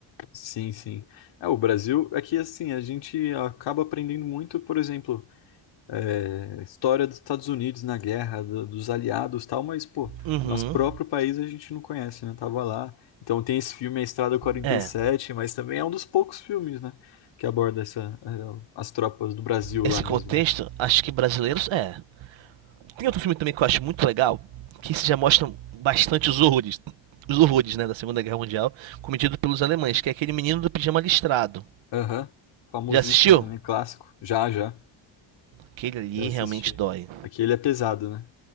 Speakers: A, on the left; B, on the right.
A: Sim, sim. É, o Brasil, é que assim, a gente acaba aprendendo muito, por exemplo, é, história dos Estados Unidos na guerra, do- dos aliados e tal, mas, pô,
B: Uhum.
A: nosso próprio país a gente não conhece, né? Tava lá. Então tem esse filme A Estrada 47,
B: É.
A: mas também é um dos poucos filmes, né? Que aborda essa, eh, as tropas do Brasil
B: Esse
A: lá mesmo,
B: contexto,
A: né?
B: acho que brasileiros. É. Tem outro filme também que eu acho muito legal, que esse já mostra bastante os horrores. Os horrores, né, da Segunda Guerra Mundial, cometido pelos alemães, que é aquele menino do pijama listrado.
A: Aham. Famosíssimo
B: Já assistiu?
A: também, clássico. Já, já.
B: Aquele ali
A: Já assisti.
B: realmente dói.
A: Aqui ele é pesado, né?